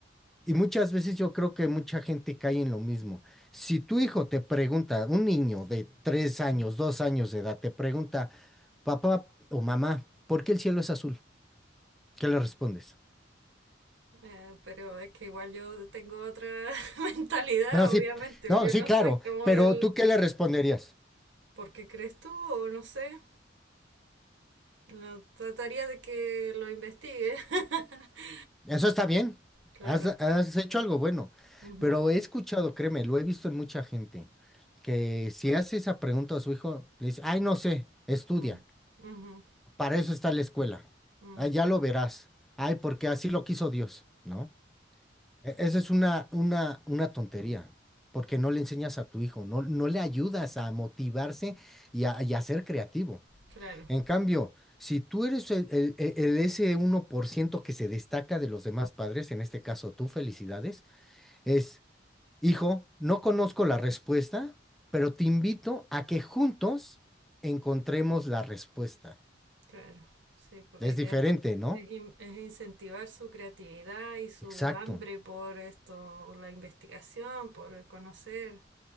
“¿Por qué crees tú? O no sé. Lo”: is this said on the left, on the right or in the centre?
Right